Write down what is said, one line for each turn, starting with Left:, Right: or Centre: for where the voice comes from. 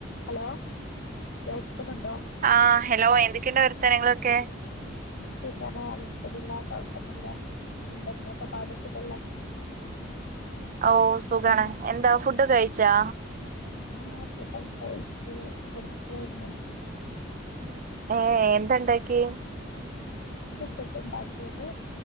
Left: Hello കേൾക്കുന്നുണ്ടോ?
Right: ആഹ് hello എന്തെക്കെണ്ട് വർത്താനങ്ങളൊക്കെ?
Left: സുഖാണ് അൽഹംദുലില്ലാഹ് കൊഴപ്പന്നുല്ല. എന്താങ്ങളൊക്കെ പാട്? സുഖല്ലേ
Right: ഓഹ് സുഖാണ്
Left: ഉം.
Right: എന്താ ഫുഡ് കഴിച്ചാ?
Left: ആഹ് ഫുഡക്കെ കഴിച്ച് കെടക്കായിരുന്നു.
Right: ഏഹ് എന്തണ്ടാക്കിയേ?
Left: ന്ന് ഫുഡ് ണ്ടാക്കിയത്